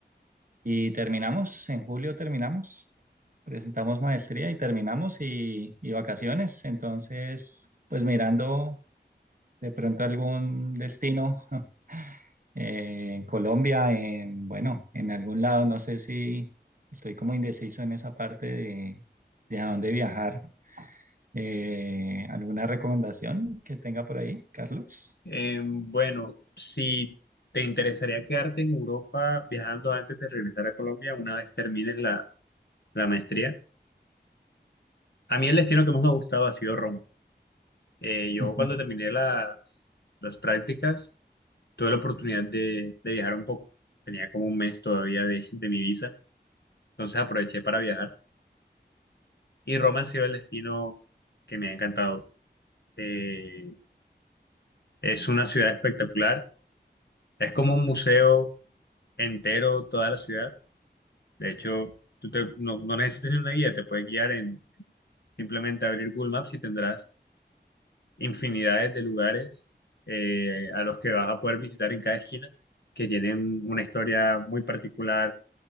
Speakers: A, on the right; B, on the left.
A: y terminamos, en julio terminamos, presentamos maestría y terminamos y, y vacaciones. Entonces, pues mirando de pronto algún destino <laughs> eh, en Colombia, en, bueno, en algún lado, no sé si estoy como indeciso en esa parte de, de a dónde viajar. Eh, ¿alguna recomendación que tenga por ahí, Carlos?
B: Eh, bueno, si te interesaría quedarte en Europa viajando antes de regresar a Colombia una vez termines la, la maestría. A mí el destino que más me ha gustado ha sido Roma. Eh, yo
A: Ujú,
B: cuando terminé las, las prácticas tuve la oportunidad de, de viajar un poco. Tenía como un mes todavía de, de mi visa, entonces aproveché para viajar. Y Roma ha sido el destino que me ha encantado. Eh, es una ciudad espectacular. Es como un museo entero, toda la ciudad. De hecho, tú te- no, no necesitas ni una guía, te puedes guiar en simplemente abrir Google Maps y tendrás infinidades de lugares eh, a los que vas a poder visitar en cada esquina, que tienen una historia muy particular,